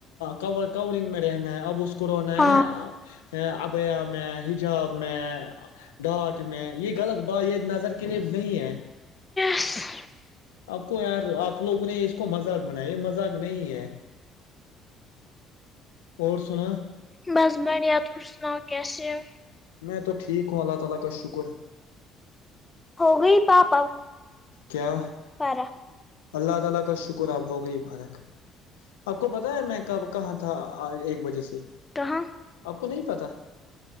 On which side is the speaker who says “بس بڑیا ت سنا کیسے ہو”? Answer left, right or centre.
Left